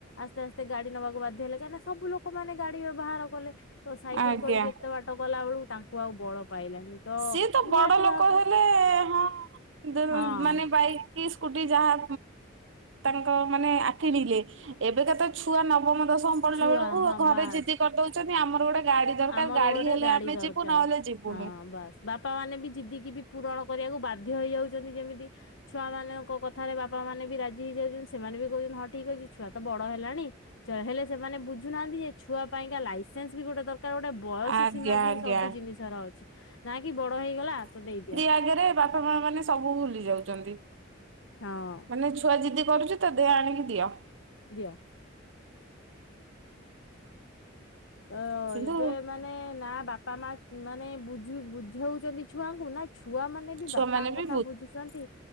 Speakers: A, on the left; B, on the right.
A: ଆସ୍ତେ ଆସ୍ତେ ଗାଡି ନବାକୁ ବାଧ୍ୟ ହେଲେ କଁକ ସବୁ ଲୋକମାନେ ଗାଡି ବ୍ୟବହାର କଲେ ତ ସାଇକେଲ
B: ଆଜ୍ଞା।
A: କରିକି ଏତେ ବାଟ ଗଲା ବେଳକୁ ତା କୁ ଆଉ ବଳ ପାଇଲାନି।
B: ସିଏ ତ
A: ନିହାତି
B: ବଡ ଲୋକ
A: ଭାବରେ
B: ହେଲେ ହଁ ଦେଲ
A: ହଁ
B: ମାନେ ବାଇ କି ସ୍କୁଟି ଯାହା ତାଙ୍କ ମାନେ ଆ କିିଣିଲେ ଏବେକା ତ ଛୁଆ ନବମ ଦଶ ମ ପଡିଲା
A: ଛୁଆ
B: ବେଳକୁ
A: ହଁ
B: ଘରେ
A: ବାସ୍
B: ଜିଦି କରିଦଉଛନ୍ତି ଆମର ଗୋଟେ ଗାଡି ଦରକାର
A: ଆମର
B: ଗାଡି
A: ଗୋଟେ
B: ହେଲେ ଆମେ
A: ଦରକାର।
B: ଯିବୁ ନହେଲେ ଯିବୁନି।
A: ହଁ ବାସ୍ ବାପା ମାନେ ବି ଜିଦିକି ବି ପୂରଣ କରିବାକୁ ବାଧ୍ୟ ହେଇଯାଉଛନ୍ତି ଯେମିତି ଛୁଆ ମାନଙ୍କ କଥାରେ ବାପା ମାନେ ବି ରାଜି ହେଇଯାଉଛନ୍ତି ସେମାନେ ବି କହୁଛନ୍ତି ହଁ ଠିକ ଅଛି। ଛୁଆ ତ ବଡ ହେଲାଣି ହେଲେ ସେମାନେ ବୁଝୁନାହାନ୍ତି ଯେ ଛୁଆ ପାଇଁକା ଲାଇସେନ୍ସ ବି ଗୋଟେ ଦରକାର ଗୋଟେ। ବୟସ
B: ଆଜ୍ଞା
A: ସୀମା ବି
B: ଆଜ୍ଞା
A: ସବୁ ଜିନିଷର ଅଛି ନା କି ବଡ ହେଇଗଲା ତ ଦେଇଦିଅ।
B: ତା ଆଗରେ ବା ବାପା ମା ମାନେ ସବୁ ଭୁଲି ଯାଉଛନ୍ତି।
A: ହଁ।
B: ମାନେ ଛୁଆ ଯିଦି କରୁଛି ତ ଦେ ଆଣିକି ଦିଅ।
A: ଦିଅ। ଅ
B: କିନ୍ତୁ
A: ଏବେ ମାନେ ନା ବାପା ମା ମାନେ ବୁଝ ବୁଝଉଛନ୍ତି ଛୁଆଙ୍କୁ ନା ଛୁଆ ମାନେ ବି
B: ଛୁଆ
A: ବାପାଙ୍କ
B: ମାନେ ବି
A: କଥା ବୁଝୁଛନ୍ତି।